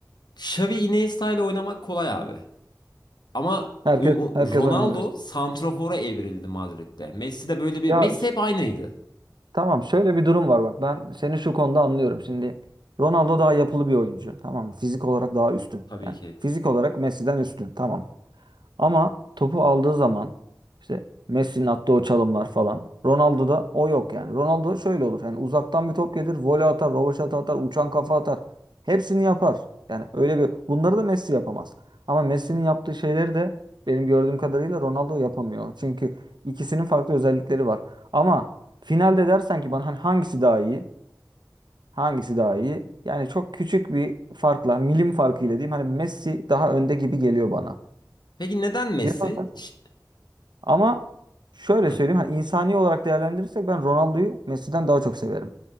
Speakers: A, on the left (about 75°); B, on the right (about 90°).
A: Xavi Iniesta ile oynamak kolay abi. Ama
B: Herkes
A: U- U-
B: herkes
A: Ronaldo
B: oynar diyorsun.
A: santrafora evrildi Madrid'de. Messi de böyle bir...
B: Ya
A: Messi hep aynıydı
B: Tamam şöyle bir durum var bak ben seni şu konuda anlıyorum. Şimdi Ronaldo daha yapılı bir oyuncu tamam mı? Fizik olarak daha üstün.
A: tabii
B: Yani
A: ki.
B: fizik olarak Messi'den üstün tamam. Ama topu aldığı zaman işte Messi'nin attığı o çalımlar falan. Ronaldo'da o yok yani. Ronaldo şöyle olur. Yani uzaktan bir top gelir, voley atar, rövaşata atar, uçan kafa atar. Hepsini yapar. Yani öyle bir bunları da Messi yapamaz. Ama Messi'nin yaptığı şeyleri de benim gördüğüm kadarıyla Ronaldo yapamıyor. Çünkü ikisinin farklı özellikleri var. Ama finalde dersen ki bana hani hangisi daha iyi? Hangisi daha iyi? Yani çok küçük bir farkla, milim farkıyla diyeyim. Hani Messi daha önde gibi geliyor bana.
A: Peki neden Messi?
B: Biraz
A: İş-
B: ama şöyle
A: Hı.
B: söyleyeyim hani insani olarak değerlendirirsek ben Ronaldo'yu Messi'den daha çok severim.